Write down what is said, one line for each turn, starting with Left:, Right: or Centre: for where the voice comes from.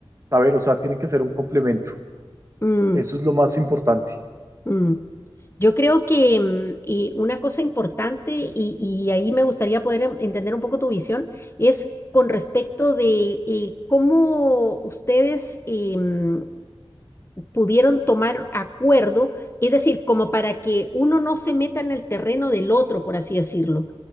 Right: saber, o sea, tienen que ser un complemento.
Left: mm,
Right: Eso es lo más importante.
Left: mm. Yo creo que mm, eh, una cosa importante, y, y ahí me gustaría poder en- entender un poco tu visión, es con respecto de eh, cómo ustedes em, pudieron tomar acuerdo, es decir, como para que uno no se meta en el terreno del otro, por así decirlo,